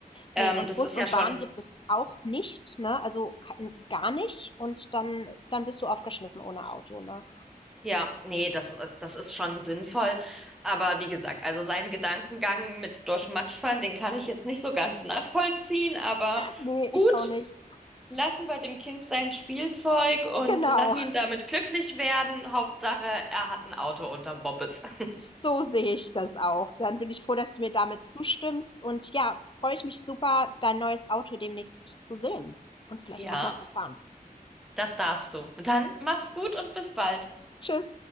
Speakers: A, on the left (about 35°); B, in the centre.
A: Ne,
B: Ähm,
A: und
B: das
A: Bus
B: ist
A: und
B: ja schon,
A: Bahn gibt es auch nicht, ne? Also kein- gar nicht. Und dann, dann bist du aufgeschmissen ohne Auto, ne?
B: ja, nee, das ist, das ist schon sinnvoll. Aber wie gesagt, also seinen Gedankengang mit durch Matsch fahren, den kann ich jetzt nicht so ganz nachvollziehen, aber
A: Nee,
B: gut,
A: ich auch nicht.
B: lassen wir dem Kind sein Spielzeug und
A: Genau.
B: lass ihn damit glücklich werden. Hauptsache, er hat ein Auto unterm Bobbes. <laughs>
A: So sehe ich das auch. Dann bin ich froh, dass du mir damit zustimmst. Und ja, freue ich mich super, dein neues Auto demnächst zu sehen und vielleicht
B: Ja.
A: auch mal zu fahren.
B: Das darfst du. Und dann mach's gut und bis bald.
A: Tschüss.